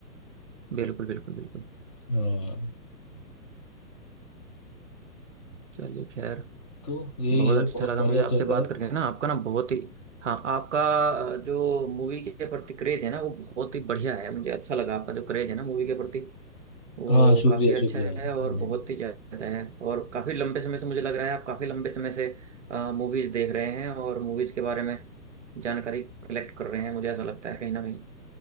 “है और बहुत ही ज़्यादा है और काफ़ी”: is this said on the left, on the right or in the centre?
Right